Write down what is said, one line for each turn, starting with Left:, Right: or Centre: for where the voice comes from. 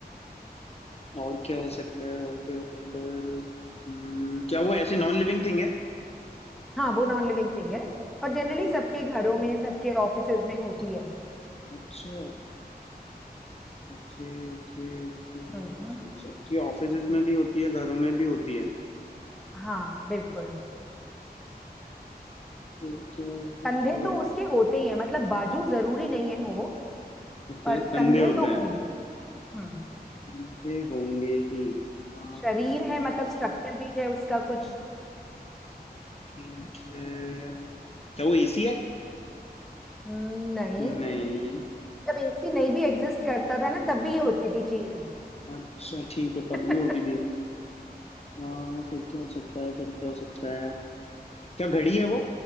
Left: और क्या हो सकता है और क्या हो सकता है हम्म, क्या वो ऐसी नॉन लिविंग थिंग है
Centre: हाँ वो नॉन लिविंग थिंग है और जनरली सबके घरों में सबके ऑफिसेज में होती है
Left: अच्छा ओके ओके ओके
Centre: हम्म
Left: फिर सबकी ऑफिसेज में भी होती है घरों में भी होती है
Centre: हाँ बिल्कुल
Left: फिर क्या हो सकता
Centre: कंधे तो
Left: है
Centre: उसके होते ही हैं मतलब बाजू जरूरी नहीं है हो
Left: ओके
Centre: पर
Left: कंधे
Centre: कंधे
Left: होते
Centre: तो
Left: हैं
Centre: होंगे हम्म
Left: कंधे होंगे ही आ,
Centre: शरीर है मतलब स्ट्रक्चर भी है उसका कुछ
Left: ठीक है क्या वो एसी है
Centre: हम्म, नहीं
Left: नहीं
Centre: जब एसी नहीं भी एग्जिस्ट करता था ना तब भी ये होती थी चीज
Left: अच्छा ठीक
Centre: <laughs>
Left: है तब भी होती थी आ, फिर क्या हो सकता है फिर क्या हो सकता है क्या घड़ी है वो